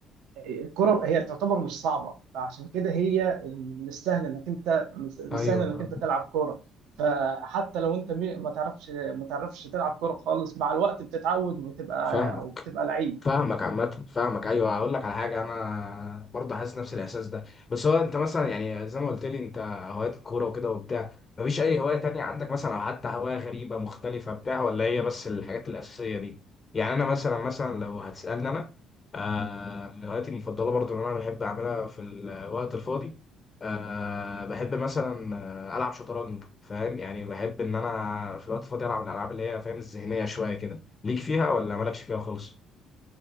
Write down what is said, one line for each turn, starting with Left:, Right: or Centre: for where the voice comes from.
Right: الكرة هي تعتبر مش صعبة فعشان كده هي من السهل انك انت من السهل
Left: ايوه
Right: انك
Left: فاهم.
Right: انت تلعب كرة فحتى لو انت مي- ما تعرفش ما تعرفش تلعب كرة خالص مع الوقت بتتعود وبتبقى
Left: فاهمك
Right: او بتبقى لعيب
Left: فاهمك عامة فاهمك أيوه هقول لك على حاجة أنا برضه حاسس نفس الإحساس ده بس هو أنت مثلا يعني زي ما قلت لي أنت هوايات كورة وكده وبتاع مفيش أي هواية تانية عندك مثلا أو حتى هواية غريبة مختلفة بتاع ولا هي بس الحاجات الأساسية دي يعني أنا مثلا مثلا لو هتسألني أنا آه من هواياتي المفضلة برضه اللي أنا بحب أعملها في الوقت الفاضي آه بحب مثلا آه، ألعب شطرنج فاهم يعني بحب إن أنا في الوقت الفاضي ألعب الألعاب اللي هي فاهم الذهنية شوية كده ليك فيها ولا مالكش فيها خالص؟